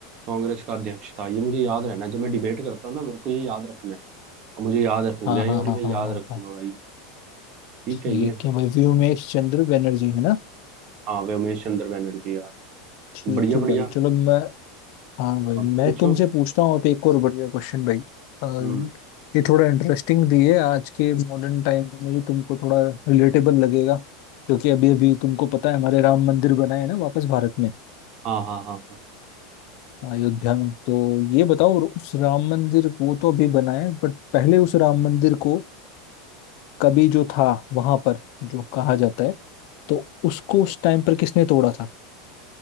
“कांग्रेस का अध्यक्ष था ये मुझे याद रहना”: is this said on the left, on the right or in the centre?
Right